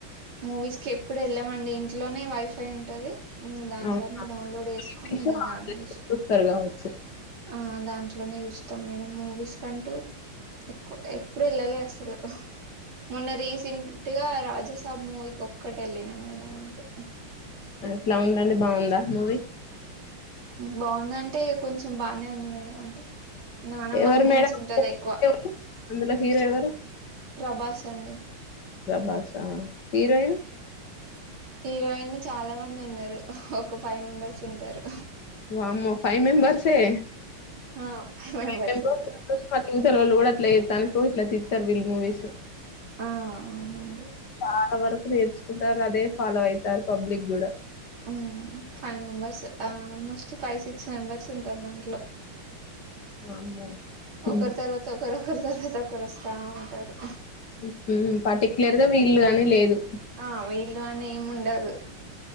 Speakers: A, on the right (about 75°); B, on the left (about 55°).
A: మూవీస్ కి ఎప్పుడు ఎళ్ళమండి ఇంట్లోనే వైఫై ఉంటది ఊ దాంట్లోనే
B: అవునా
A: డౌన్లోడ్ వేసుకొని
B: ఇంగ్లీష్
A: ఇగ దాన్ని చూసు
B: చూస్తారు కావచ్చు
A: ఆ దాంట్లోనే చూస్తాం మేడం మూవీస్ కంటూ ఎక్కువ ఎప్పుడు వెళ్ళలే అస్సలు మొన్న రీసెంట్ గా రాజసాబ్ మూవీకి ఓక్ ఒక్కటెల్లిన మేడం అంతే
B: ఎలా ఉందండి బాగుందా మూవీ
A: బాగుంద అంటే ఇక కొంచెం బానే ఉంది మేడం అంటే నానమ్మ
B: ఎవరు
A: గురించి
B: మేడం
A: ఉంటది ఎక్కువ
B: ఎవరు అందులో హీరో ఎవరు
A: ప్రభాస్ అండి
B: ప్రభాసా హీరోయిన్
A: హీరోయిన్ చాలా మంది ఉన్నారు ఒక ఫైవ్ మెంబర్స్ ఉంటారు
B: వామ్మో ఫైవ్ మెంబర్స్ ఏ
A: ఆ ఫైవ్ మెంబర్స్
B: తెల్వనియి
A: ఉంటారు
B: కూడా అట్ల చేత్తానికి ఇట్లా తిత్తరు వీళ్ళు మూవీస్
A: ఆ అవునండి
B: చాలా వరకు నేర్చుకుంటర్రు అదే ఫాలో అయితారు పబ్లిక్ గూడా
A: ఉమ్ five members almost five six members ఉంటారు దాంట్లో
B: వామ్మో హ్మ్.
A: ఒకరి తర్వాత ఒకరు ఒకరి తర్వాత ఒకరు వస్తా ఉంటారు
B: ఉ‌ హు పర్టిక్యులర్ గా వీళ్ళు అని లేదు
A: ఆ వీళ్ళు అని ఏమి ఉండదు